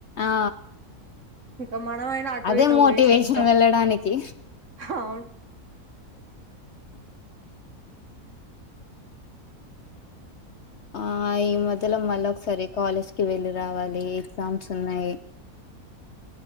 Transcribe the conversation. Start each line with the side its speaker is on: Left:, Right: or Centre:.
Left: ఆ
Right: ఇంకా మనమైనా ఆటో
Left: అదే
Right: ఇటో
Left: మోటివేషన్
Right: పోయేషి వత్తం.
Left: వెళ్ళడానికి
Right: హా హా
Left: ఆ ఈ మద్యల మళ్ళీ ఒకసారి కాలేజ్కి వెళ్ళి రావాలి ఎగ్జామ్స్ ఉన్నాయి.